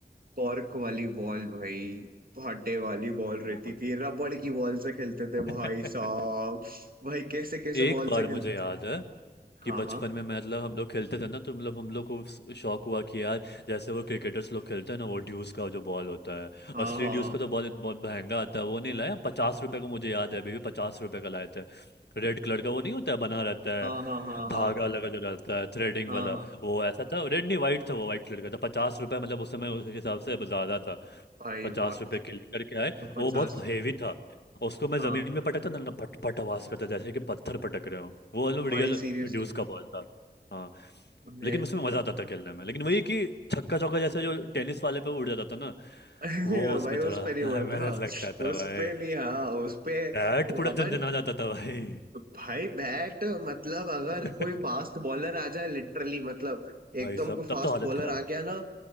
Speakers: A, on the right (about 60°); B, on the left (about 85°).
A: कॉर्क वाली बॉल भाई भाटे वाली बॉल रहती
B: वो
A: थी रबड़ की बॉल से खेलते थे
B: <laughs>
A: भाई साहब भाई कैसे कैसे
B: एक
A: बॉल
B: बार
A: से
B: मुझे
A: खेलते
B: याद
A: थे
B: है कि
A: हाँ
B: बचपन
A: हाँ
B: में मैं मतलब हम लोग खेलते थे ना तो मतलब हम लोग को स- शौक हुआ कि यार जैसे वो क्रिकेटर्स लोग खेलते हैं ना वो ड्यूस का जो बॉल होता है
A: हाँ
B: असली
A: हाँ
B: ड्यूस का तो बॉल बहुत महंगा आता है वो नहीं लाया पचास रुपए का मुझे याद है अभी भी पचास रुपए का लाए थे रेड कलर
A: ओहो,
B: का वो नहीं होता है बना रहता
A: हाँ
B: है
A: हाँ हाँ
B: धागा
A: हाँ
B: लगा जो रहता है थ्रेडिंग
A: हाँ
B: वाला
A: हाँ
B: वो ऐसा था रेड नहीं वाइट था वो वाइट कलर का था पचास रुपए मतलब उस समय उस हिसाब से ज़्यादा था
A: भाई
B: पचास
A: बहुत
B: रुपए के लेकर के आए
A: पचास
B: वो बहुत हेवी था उसको मैं
A: हाँ
B: जमीन में पटकता ना ना पट पट आवाज करता जैसे कि पत्थर पटक रहे हो वो मतलब
A: भाई
B: रियल
A: सीरियसली
B: ड्यूस का बॉल था हाँ
A: मैं
B: लेकिन उसमें मजा आता था खेलने में लेकिन वही कि छक्का चौका जैसे जो टेनिस वाले पे उड़ जाता था ना
A: <laughs>
B: वो उसमें
A: भाई
B: थोड़ा
A: उस पे नहीं
B: <laughs>
A: उड़ता
B: मेहनत लगता था
A: उस
B: भाई
A: पे नहीं हाँ उस पे
B: बैट पूरा
A: अपन
B: झंझना जाता था भाई
A: भाई बैट मतलब अगर
B: <laughs>
A: कोई फास्ट बॉलर आ जाए लिटरली मतलब
B: भाई
A: एकदम
B: साहब
A: कोई फास्ट
B: तब तो हालत
A: बॉलर
B: खराब
A: आ गया ना